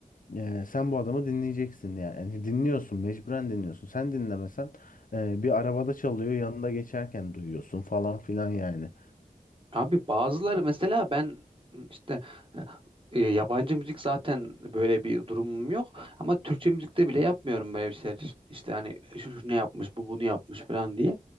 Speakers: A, on the left (about 65°); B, on the right (about 35°).
A: e, sen bu adamı dinleyeceksin yani. Yani dinliyorsun mecburen dinliyorsun sen dinlemesen e, bir arabada çalıyor yanında geçerken duyuyorsun falan filan yani
B: Abi bazıları mesela ben işte e, e, yabancı müzik zaten böyle bir durumum yok ama Türkçe müzikte bile yapmıyorum böyle bir şeyler. İşte hani şu, şu ne yapmış, bu bunu yapmış falan diye.